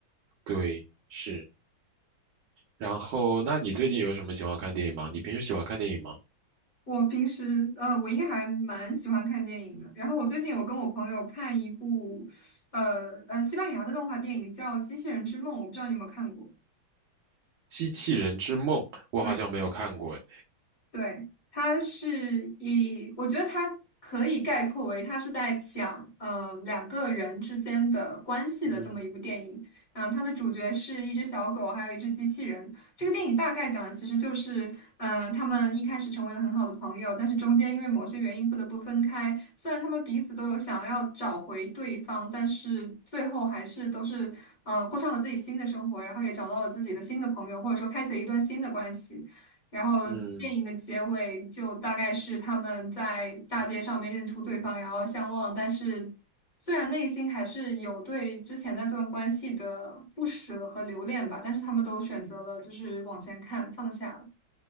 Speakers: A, on the right; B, on the left.
A: 对，是。然后，那你最近有什么喜欢看电影吗？你平时喜欢看电影吗？
B: 我平时呃，我应该还蛮喜欢看电影的。然后我最近有跟我朋友看一部，呃呃，西班牙的动画电影叫《机器人之梦》，我不知道你有没有看过。
A: 《机器人之梦》我好像没有看过诶。
B: 对。对，它是以，我觉得它可以概括为，它是在讲呃两个人之间的关系的这么一部电影。
A: 嗯
B: 嗯，它的主角是一只小狗，还有一只机器人。这个电影大概讲的其实就是，嗯、他们一开始成为了很好的朋友，但是中间因为某些原因不得不分开。虽然他们彼此都有想要找回对方，但是最后还是都是呃过上了自己新的生活，然后也找到了自己的新的朋友，或者说开启了一段新的关系。然后电影的结尾就大概是他们在大街上面认出对方，
A: 嗯，
B: 然后相望，但是虽然内心还是有对之前那段关系的不舍和留恋吧，但是他们都选择了就是往前看，放下了，